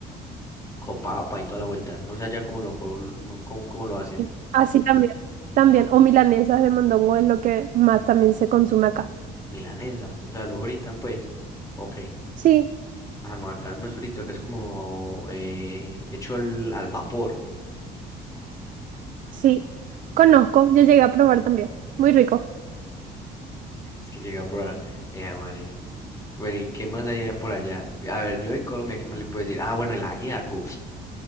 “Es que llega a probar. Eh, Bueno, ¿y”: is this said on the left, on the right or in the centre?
Left